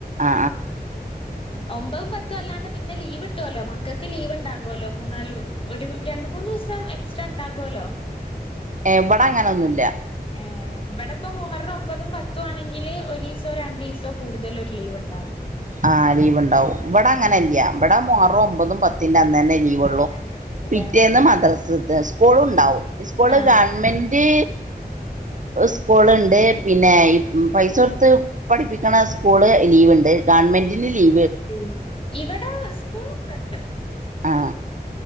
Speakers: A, on the right (about 50°); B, on the left (about 35°).
A: ആ
B: ഉം ഒമ്പതും പത്തും അല്ലാണ്ട് പിന്നെ ലീവ് കിട്ടുമല്ലോ മക്കൾക്ക് ലീവ്ണ്ടാവുമല്ലോ മൂന്നല് ഒരു രണ്ട് മൂന്ന് ദിവസം എക്സ്ട്രാ ഉണ്ടാകുവല്ലോ
A: എവിടെ അങ്ങനൊന്നുല്ല
B: ഏ ഇവിടെയിപ്പോ മുഹറം ഒമ്പതും പത്തും ആണെങ്കില് ഒരു ദിവസോ രണ്ടു ദിവസോ കൂടുതലും ഒരു ലീവ് ഉണ്ടാവും
A: ആ ലീവ് ഒണ്ടാവും ഇവടെ
B: ഉം
A: അങ്ങനെല്യ ഇവടെ മോഹറം ഒമ്പതും പത്തും മുഹറത്തിന്റെ അന്ന
B: പത്ത്
A: ന്നെ ലീവ്ള്ളു
B: അന്നന്നെ ലീവ്ല്ലേ
A: പിറ്റേന്ന് മദ്രസണ്ട് സ്കൂൾ ഒണ്ടാവും സ്കൂള്
B: ആഹ്
A: ഗവൺമെന്റ് സ്കൂളുണ്ട് പിന്നെ പൈസ കൊടുത്ത് പഠിപ്പിക്കണ സ്കൂള് ലീവിണ്ട്. ഗവൺമെന്റിന് ലി
B: ഉം ഇവിടെ സ്കൂള് കണ്ട്
A: ആ